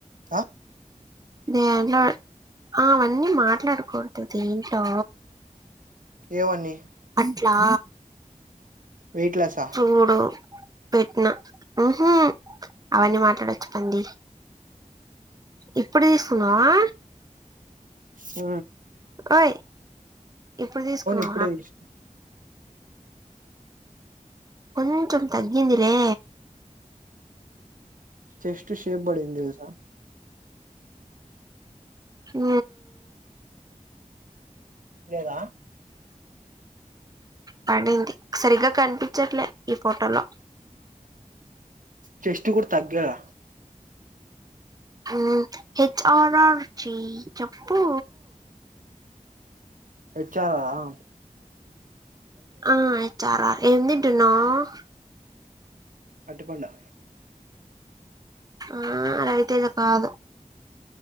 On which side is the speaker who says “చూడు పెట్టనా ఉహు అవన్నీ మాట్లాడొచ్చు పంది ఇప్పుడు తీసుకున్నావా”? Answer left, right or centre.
Right